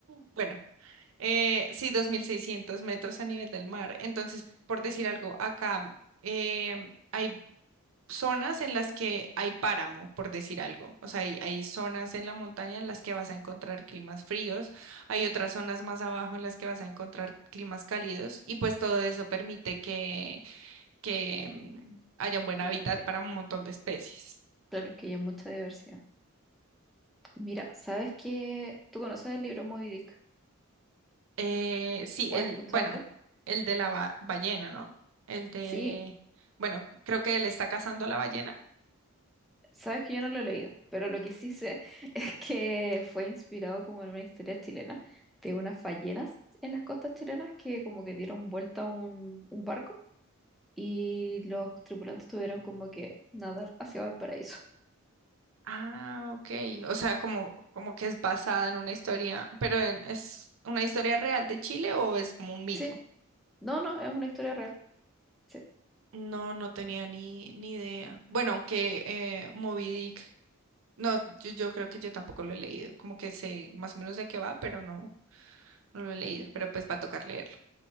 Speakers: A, on the right; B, in the centre.
A: Bueno. Eh, sí, 2.600 metros a nivel del mar. Entonces, por decir algo, acá em, hay zonas en las que hay páramo, por decir algo. O sea, hay, hay zonas en la montaña en las que vas a encontrar climas fríos, hay otras zonas más abajo en las que vas a encontrar climas cálidos y pues todo eso permite que, que em, haya un buen
B: que
A: hábitat
B: ya, mu- ya-
A: para un montón de especies.
B: claro, que ya hay mucha diversidad. Mira, ¿sabes que ¿Tú conoces el libro Moby Dick?
A: Eh, sí,
B: ¿O
A: el,
B: has escuchado
A: bueno,
B: de él?
A: el de la ba- ballena, ¿no? El de,
B: Sí,
A: bueno, creo que él está cazando a la ballena.
B: sabes que yo no lo he leído, pero lo que sí sé <laughs> es que fue inspirado como en una historia chilena de unas ballenas en las costas chilenas que como que dieron vuelta a un, un barco y los tripulantes tuvieron como que nadar hacia Valparaíso.
A: Ah, ok. O sea, como, como que es basada en una historia, pero en- ¿es una historia real de Chile o es como un mito?
B: Sí, no, no, es una historia real. Sí,
A: No, no tenía ni, ni idea. Bueno, aunque eh, Moby Dick, no, yo, yo creo que yo tampoco lo he leído. Como que sé más o menos de qué va, pero no, no lo he leído. Pero pues va a tocar leerlo.